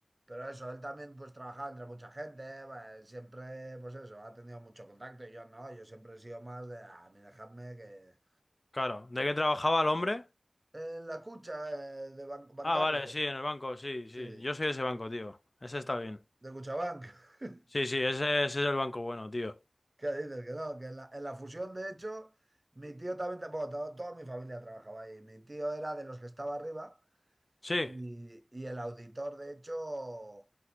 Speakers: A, on the right; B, on the left.
A: Pero eso, él también pues trabajaba entre mucha gente, pues, siempre, pues eso, ha tenido mucho contacto y yo no, yo siempre he sido más de, "Ah, a mí dejadme que...
B: Claro. ¿De qué trabajaba el hombre?
A: En la cucha eh, de ban- bancario,
B: Ah, vale, sí, en el banco, sí, sí.
A: sí,
B: Yo soy de ese banco, tío. Ese está
A: de,
B: bien.
A: de Cuchabank. <laughs>
B: Sí, sí, ese, ese es el banco bueno, tío.
A: ¿Qué dices? Que no, que en la, en la fusión, de hecho, mi tío también, bueno, to- toda mi familia trabajaba ahí, mi tío era de los que estaba arriba.
B: Sí.
A: Y, y el auditor, de hecho,